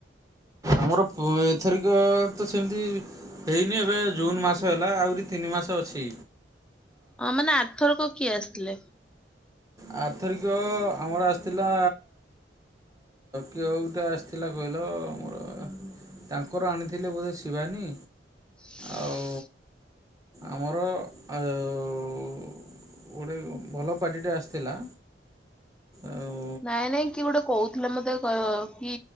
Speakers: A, on the right; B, in the centre.
A: ଆମର ପ ଏଥରକ ତ ସେମିତି ହେଇନି ଏବେ ଜୁନ୍ ମାସ ହେଲା ଆହୁରି ତିନି ନି ମାସ ଅଛି।
B: ହଁ ମାନେ ଆରଥରକ କିଏ ଆସିଥିଲେ?
A: ଆରଥରିକ ଆମର ଆସିଥିଲା କିଅଟା ଆସିଥି ଥିଲା କହିଲ ମୋର ତାଙ୍କର ଆଣିଥିଲେ ବୋଧେ ଶିବାନୀ
B: <inaudible>
A: ଆଉ ଆମର ହେଉ ଗୋଟେ ଭଲ ପାଟିଟେ ଆସିଥିଲା। ଆଉ
B: ନାଇଁ, ନାଇଁ କିଏ ଗୋଟେ କହୁଥିଲା ମତେ କି